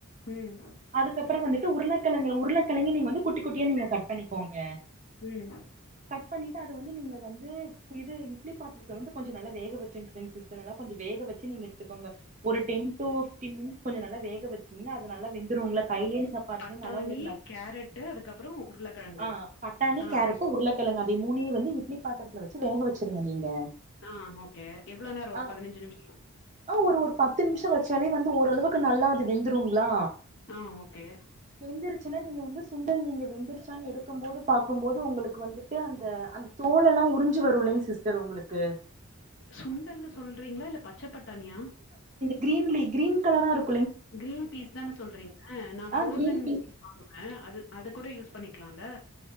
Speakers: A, on the left; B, on the right.
A: ம்.
B: அதுக்கப்பற வந்து உருளக் கெழங்கு உருளக்கெழங்கயு நீங்க வந்து குட்டி குட்டிய நீங்க கட் பண்ணிக்கோங்க
A: ம்.
B: கட் பண்ணிட்டு அத வந்து நீங்க வந்து இது இட்லி பாத்திரத்துல கொஞ்சோ நல்லா வேக வச்சிக்கிட்டே சிஸ்டர் அதனால கொஞ்சோ வேக வெச்சி நீங்க எடுத் <unintelligible> ஒரு டென் டூ மீன் கொஞ்சோ நல்லா வேக வச்சிங்னா அத் அது நல்லா வெந்துருங்ள கையிலேயே <unintelligible>
A: பட்டாணி,
B: நல்லா உங்களுக்கு நஸ்
A: கேரட்டு அதுக்கப்புறம் உருளைக்கிழங்கு.
B: அ பட்டாணி
A: ஆ.
B: கேரட் உருளக்கிழங்கு அத் அதே மூணே வந்து இட்லி பாத்திரத்துல வச்சு வேக வச்சுருங்க நீங்க
A: ஆ ஓகே எவ்ளோ நேரோ ஒரு
B: ஆ
A: பதினைஞ்சு நிமிஷ் <unintelligible>
B: ஆ, ஒரு ஒரு பத்து நிமிஷோ வச்சாலே வந்து ஓரளவுக்கு நல்லா அது வெந்துருங் லா
A: ஆ ஓகே.
B: வெந்தருச்சுன்னா நீங்க வந்து சுண்டல் நீங்க வெந்தருச்சான் எடுத் க்குபோது பாக்கும்போது உங்களுக்கு வந்துட்டு அந்த அந்த தோல் எல்லா உறிஞ்சு வரும் இல்லைங் சிஸ்டர் உங்களுக்கு
A: சுண்டர்ல சொல்றீங்களா இல்ல பச் ச்சப்பட்டாணியா.
B: கிரீன்லீ கிரீன் கலரா இருக்
A: கிரீன் பீஸ் தானு சொல்றீங்க நா ஃப்ரோசன்
B: ஆ கிரீன்
A: பீஸ் வாங்குவ அது அத கூட யூஸ் பண்ணிக் க்லால